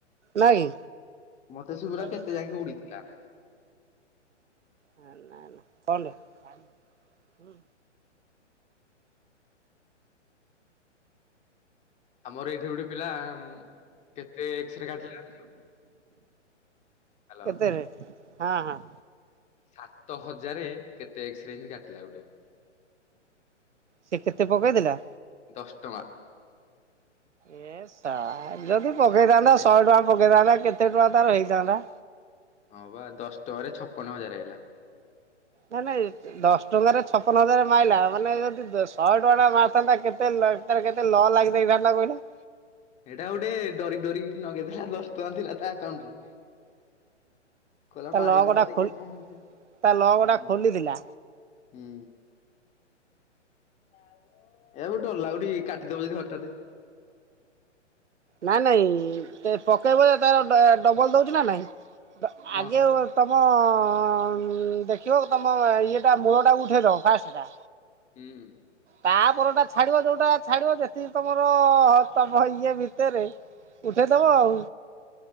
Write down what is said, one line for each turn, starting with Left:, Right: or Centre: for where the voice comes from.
Right: ନା କି।
Left: ମତେ ଶୁଭିଲା
Right: ନା
Left: କେତେ ଯାକେ ଉଡିଥିଲା।
Right: ହଁ ନା ନା।
Left: ଆମର ଏଇଠି ଗୋଟେ ପିଲା ଉଁ କେତେ ଏକ୍ସରେ କାଟିଲା ହାଲ
Right: <unintelligible> ହଁ ହଁ।
Left: ସାତ ହଜାରେ କେତେ ଏକ୍ସରେ ଇନ୍ତି କାଟିଲା ଗୋଟେ।
Right: ସେ କେତେ ପକେଇ ଦିଲା?
Left: ଦଶ ଟଙ୍କା।
Right: ଏ ସା ଯଦି ପକେଇଥାନ୍ତା
Left: ଛପ ଏକ-
Right: ଶହେ ଟଙ୍କା ପକେଇଥାନ୍ତା କେତେ ଟଙ୍କା ତାର ହେଇଥାନ୍ତା?
Left: ହଁ ବା ଦଶ ଟଙ୍କାରେ ଛପନ ହଜାରେ ଆଇଲା।
Right: ନା ନାଇ। ଦଶ ଟଙ୍କାରେ ଛପନ ହଜାରେ ମାଇଲା ମାନେ ଯଦି ଦ ଶଏ ଟଙ୍କାଟା ମାରିଥାନ୍ତା କେତେ ଲ ତାର କେତେ ଲ ଲାଗିଯାଇଥାନ୍ତା କହିଲ।
Left: ହେଇଟା ଗୋଟେ ଡରି ଡରି ନଗେଇ ଦେଲା ଦଶ ଟଙ୍କା ଥିଲା ତା ଆକାଉଣ୍ଟରେ। କଇଲା
Right: ତା
Left: ମାରି
Right: ଲ ଗୋଟା
Left: ଦବା ଦେଖିବା
Right: ଖୋଲି
Left: କଣ ହଉଚି <unintelligible>
Right: ତା ଲ ଗୋଟା
Left: ହୁଁ।
Right: ଖୋଲିଥିଲା।
Left: ହୁଁ। <unintelligible> ଏବେ ବି ଡର ଲାଗୁନି କି କାଟି ଦବ ଯଦି ହଠାତେ।
Right: ନାଇଁ ନାଇଁ ତେ ପକେଇବ ଯେତେବେଳେ ଡ ଡବଲ୍ ଦଉଚି ନା ନାଇଁ ଡ ଆଗେ
Left: ହଁ
Right: ବ ତମ ଉଁ ଦେଖିବ ତମ ଇଏଟା ମୂଳଟାକୁ ଉଠେଇଦବ ଫାଷ୍ଟଟା।
Left: ହୁଁ।
Right: ତାପରଟା ଛାଡିବ ଯୋଉଟା ଛାଡିବ ଯେତିକି ତମର ତମ ଇଏ ଭିତେରେ ଉଠେଇଦବ ଆଉ।